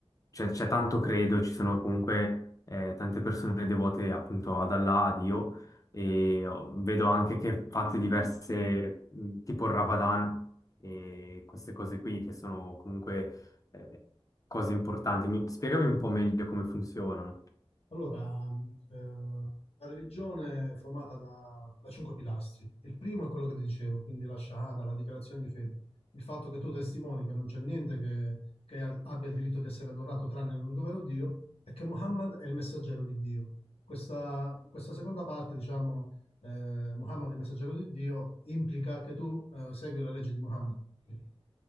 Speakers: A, on the left; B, on the left.
A: c'è c'è tanto credo, ci sono comunque eh, tante persone devote appunto ad Allah, a Dio e oh, vedo anche che fate diverse, mh, tipo il Ramadan e queste cose qui che sono comunque eh, cose importanti. Mi- spiegami un po' meglio come funzionano.
B: Allora, mh, eh, la religione è formata da, da cinque pilastri. Il primo è quello che ti dicevo, quindi la Shahada, la dichiarazione di fede. Il fatto che tu testimoni che non c'è niente che, che a- abbia il diritto di essere adorato tranne l'unico vero Dio e che Muhammad è il messaggero di Dio. Questa, questa seconda parte, diciamo, eh, Muhammad è il messaggero di Dio, implica che tu eh, segui la legge di Muhammad. Quindi,